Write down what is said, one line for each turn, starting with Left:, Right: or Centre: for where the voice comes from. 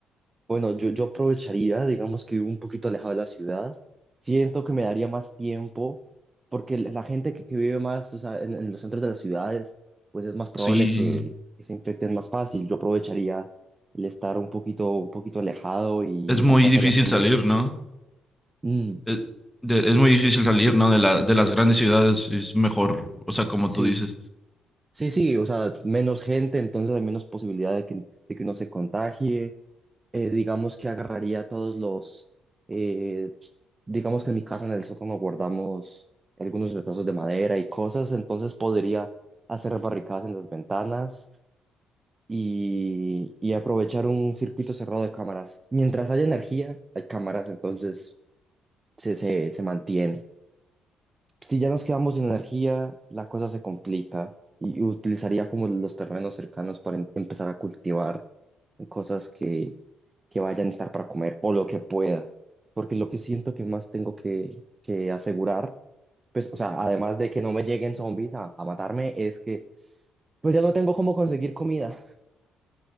Right: Bueno, yo, yo aprovecharía, digamos que vivo un poquito alejado de la ciudad. Siento que me daría más tiempo, porque la la gente que, que vive más, o sea, en, en los centros de las ciudades, pues es más probable
Centre: Sí,
Right: que, que se infecten más fácil. Yo aprovecharía el estar un poquito, un poquito alejado y
Centre: es muy
Right: alcanzaría
Centre: difícil
Right: a poner.
Centre: salir, ¿no?
Right: Mm,
Centre: Es, de- es muy difícil salir, ¿no? De la, de las grandes ciudades, es mejor, o sea, como
Right: sí,
Centre: tú dices.
Right: sí, sí, o sea, menos gente, entonces hay menos posibilidad de que, de que uno se contagie. eh, digamos que agarraría todos los, eh, digamos que en mi casa en el sótano guardamos algunos retazos de madera y cosas, entonces podría hacer barricadas en las ventanas y, y aprovechar un circuito cerrado de cámaras. Mientras haya energía, hay cámaras, entonces se, se, se mantiene. Si ya nos quedamos sin energía, la cosa se complica y utilizaría como los terrenos cercanos para em- empezar a cultivar cosas que vaya a necesitar para comer o lo que pueda. Porque lo que siento que más tengo que, que asegurar, pues, o sea, además de que no me lleguen zombies a, a matarme, es que pues ya no tengo cómo conseguir comida.